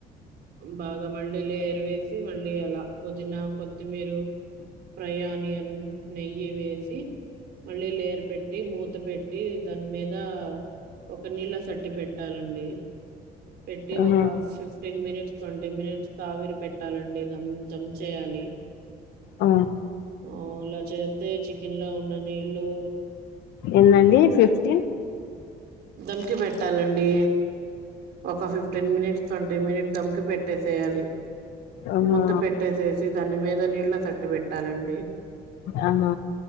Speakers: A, on the right; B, on the left.
A: బాగా మళ్ళీ లేరవేసి మళ్ళీ అలా పుదీనా కొత్తిమీరు ప్రయాణియన్ నెయ్యి వేసి మళ్ళీ లేరు పెట్టి పెట్టి మూత పెట్టి దాని మీద ఒక నీళ్ళ సట్టి పెట్టాలండి పెట్టి
B: ఆహా
A: ఒక fifteen minutes twenty minutes తావిరి పెట్టాలండి దమ్ జం చేయాలి
B: ఆ
A: ఆ ఇలా చేస్తే చికెన్ లో ఉన్న నీలు
B: ఎందండి ఫిఫ్టీన్
A: దమ్కి పెట్టాలండి ఒక ఫిఫ్టీన్ మినిట్స్ ట్వంటీ మినిట్స్ దమ్కి పె పెట్టేసేయాలి
B: ఆహా
A: ముత పెట్టేసేసి దాని మీద నీళ్ళ తట్టు పెట్టాలండి
B: ఆహ